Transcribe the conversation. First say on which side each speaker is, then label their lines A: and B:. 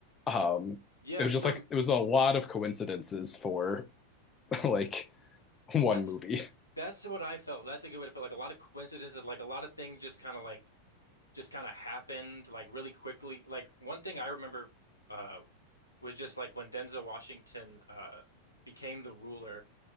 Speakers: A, on the left (about 20°); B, on the left (about 85°).
A: Um
B: Yeah,
A: it was
B: for
A: just like it was a lot of coincidences for <laughs> like one
B: That's
A: movie.
B: that's what I felt. That's a good way to put it. like a lot of coincidences, like a lot of things just kind of like just kind of happened like really quickly. Like one thing I remember uh was just like when Denzel Washington uh became the ruler,